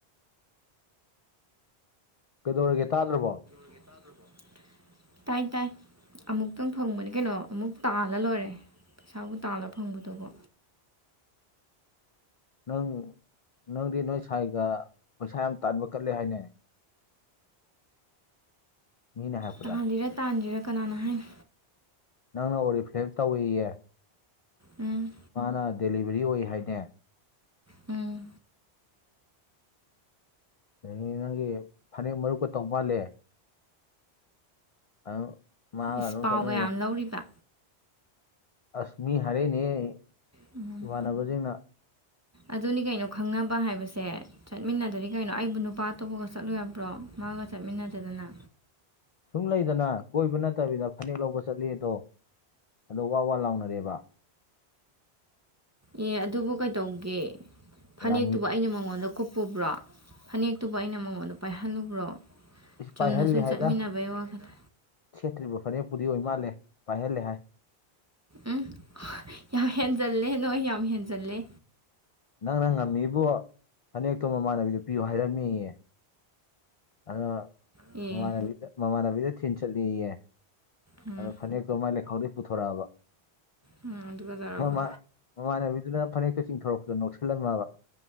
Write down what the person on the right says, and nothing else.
<inaudible> ꯇꯥꯏ ꯇꯥꯏ ꯑꯃꯨꯛꯇꯪ ꯐꯪꯕꯅꯦ ꯀꯩꯅꯣ ꯑꯃꯨꯛ ꯇꯥꯜꯂ ꯂꯣꯏꯔꯦ ꯄꯩꯁꯥꯕꯨ ꯇꯥꯜꯂ ꯐꯪꯒꯗꯕ
ꯇꯥꯜꯂꯤꯔ ꯇꯥꯟꯗ꯭ꯔꯤꯔꯥ ꯀꯅꯥꯅ ꯍꯥꯏꯅꯣ
ꯎꯝ
ꯎꯝ
ꯏꯁ
ꯄꯥꯎꯒ
ꯌꯥꯝ ꯂꯧꯔꯤꯕ
ꯎꯝ
ꯑꯗꯨꯅꯤ ꯀꯩꯅꯣ ꯈꯪꯅꯕ ꯍꯥꯏꯕꯁꯦ ꯆꯠꯃꯤꯟꯅꯗ꯭ꯔꯥꯗꯤ ꯀꯩꯅꯣ ꯑꯩꯕꯨ ꯅꯨꯄꯥ ꯑꯇꯣꯞꯄꯒ ꯆꯠꯂꯨ ꯌꯥꯕ꯭ꯔꯣ ꯃꯥꯒ ꯆꯠꯃꯤꯟꯅꯗꯗꯅ
ꯑꯦ ꯑꯗꯨꯕꯨ ꯀꯩꯗꯧꯒꯦ ꯐꯅꯦꯛꯇꯨꯕꯨ
ꯑꯩꯅ ꯃꯉꯣꯟꯗ ꯀꯨꯞꯄꯨꯕ꯭ꯔꯣ ꯐꯅꯦꯛꯇꯨꯕꯨ ꯑꯩꯅ ꯃꯉꯣꯟꯗ ꯄꯥꯏꯍꯜꯂꯨꯕ꯭ꯔꯣ
ꯆꯨꯝꯅ
ꯁꯨꯝ
ꯆꯠꯃꯤꯟꯅꯕꯩ ꯋꯥꯈꯜꯗ
ꯎꯝ ꯌꯥꯝ ꯍꯦꯟꯖꯜꯂꯦ ꯅꯣꯏ ꯌꯥꯝ ꯍꯦꯟꯖꯜꯂꯦ
ꯑꯦ
ꯎꯝ
ꯎꯝ ꯑꯗꯨꯒ ꯇꯧꯔꯕ